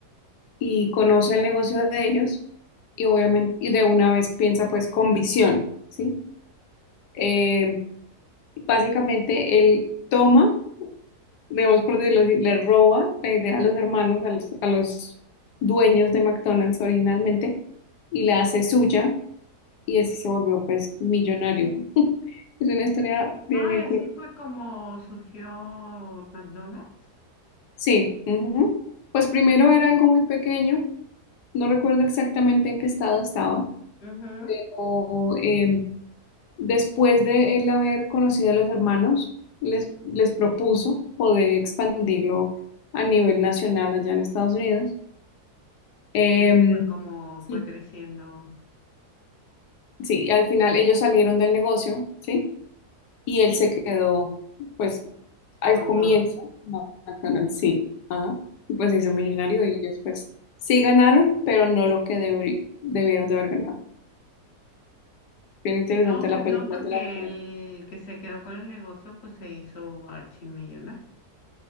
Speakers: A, on the left (about 85°); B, on the left (about 50°).
A: y conoce el negocio de ellos y obviamente y de una vez piensa pues con visión, ¿sí? Eh, básicamente él toma, digamos por decirlo así, le roba la idea a los hermanos, a los, a los dueños de McDonald's originalmente y la hace suya y así se volvió pues millonario. Es una historia bien,
B: Ah,
A: bien curiosa.
B: así fue como surgió McDonald's.
A: Sí, ujú. Pues primero era algo muy pequeño, no recuerdo exactamente en qué estado estaba,
B: Ujú.
A: o, em, Después de él haber conocido a los hermanos, les, les propuso poder expandirlo a nivel nacional allá en Estados Unidos. Em,
B: Y así fue como fue
A: sí,
B: creciendo
A: sí, al final ellos salieron del negocio, ¿sí? Y él se quedó, pues, al
B: con
A: comienzo,
B: todo.
A: como McDonald's, sí, ajá, y pues se hizo millonario y ellos, pues, sí ganaron, pero no lo que debri- debieron de haber ganado. Bien interesante
B: No, pues
A: la película.
B: no, porque
A: te la recomiendo.
B: el que se quedó con el negocio, pues se hizo archimillonario.